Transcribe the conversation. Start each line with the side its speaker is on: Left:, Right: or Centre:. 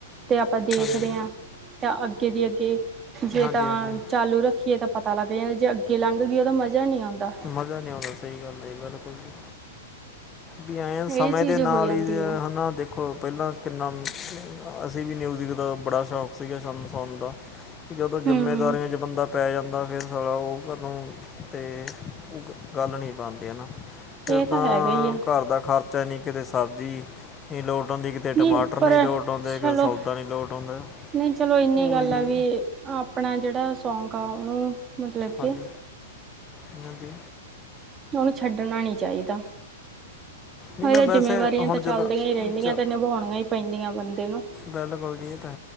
Right: ਤੇ ਆਪਾਂ ਦੇਖ
Left: ਹਾਂਜੀ
Right: ਰਹੇ ਹਾਂ ਤਾਂ ਅੱਗੇ ਦੇ ਅੱਗੇ ਜੇ
Left: ਹਾਂਜੀ
Right: ਤਾਂ
Left: ਹਾਂਜੀ
Right: ਚਾਲੂ ਰੱਖੀਏ ਤਾਂ ਪਤਾ ਲੱਗ ਜਾਏ ਜੇ ਅੱਗੇ ਲੰਘ ਗਈ ਤਾਂ ਉਹਦਾ ਮਜ਼ਾ ਨਹੀਂ ਆਂਦਾ।
Left: ਮਜ਼ਾ ਨਹੀਂ ਆਉਂਦਾ ਸਹੀ ਗੱਲ ਹੇ ਜੀ ਬਿਲਕੁਲ ਜ ਵੀ ਅਨ ਆ ਸਮੇਂ
Right: ਇਹ ਚੀਜ਼
Left: ਦੇ ਨਾਲ
Right: ਹੋ ਜਾਂਦੀ
Left: ਹੀ
Right: ਆ
Left: ਹਨਾਂ ਦੇਖੋ। ਦੇਖੋ ਪਹਿਲਾਂ ਕਿੰਨਾ ਅਸੀਂ ਵੀ ਮਿਊਜ਼ਿਕ ਦਾ ਬੜਾ ਸ਼ੌਕ ਸੀਗਾ ਸ਼ਾਨੂੰ ਸੁਨਣ ਦਾ। ਜਦੋਂ ਜਿੰਮੇਦਾਰੀਆਂ
Right: ਹੂੰ
Left: ਚ ਬੰਦਾ ਪੈ ਜਾਂਦਾ ਫਿਰ ਸਾਲਾ ਉਹ ਕਾਹਨੂੰ ਅਤੇ ਗੱਲ ਨਹੀਂ ਪਾਉਂਦੇ ਹੈ ਨਾ। ਫਿਰ
Right: ਇਹ
Left: ਤਾਂ
Right: ਹੈਗਾ ਹੀ ਆ
Left: ਘਰ ਦਾ ਖ਼ਰਚਾ ਹੀ ਨਹੀਂ ਕਿਤੇ ਸਬਜ਼ੀ ਨਹੀਂ ਲੋਟ ਆਉਂਦੀ ਕਿਤੇ ਟਮਾਟਰ
Right: ਨਹੀਂ ਪਰ
Left: ਲੋਟ ਆਉਂਦੇ
Right: ਚਲੋ
Left: ਕਿਤੇ ਸੌਦਾ ਨਹੀਂ ਲੋਟ ਆਉਂਦਾ
Right: ਨਹੀਂ ਚਲੋ ਇਹਨੀ
Left: ਉਹੀ
Right: ਗੱਲ
Left: ਜੀ
Right: ਆ ਵੀ ਆਪ ਆਪਣਾ ਜਿਹੜਾ ਸੌਂਕ ਆ ਉਹਨੂੰ ਮਤਲਬ
Left: ਹਾਂਜੀ
Right: ਕਿ
Left: ਇਹਨਾਂ ਦੇ
Right: ਉਹਨੂੰ ਛੱਡਣਾ ਨਹੀ ਚਾਹੀਦਾ।
Left: ਨਹੀਂ ਮੈਂ
Right: ਇਹ ਤਾਂ
Left: ਵੈਸੇ
Right: ਜਿੰਮੇਵਾਰੀਆਂ
Left: ਹੁਣ
Right: ਤਾਂ ਚੱਲਦੀਆਂ
Left: ਜਦੋਂ
Right: ਹੀ ਰਹਿੰਦੀਆਂ
Left: ਚ
Right: ਤੇ ਨਿਭਾਉਣੀਆਂ ਹੀ ਪੈਂਦੀਆਂ ਬੰਦੇ ਨੂੰ।
Left: ਬਿਲਕੁਲ ਜੀ ਇਹ ਤਾਂ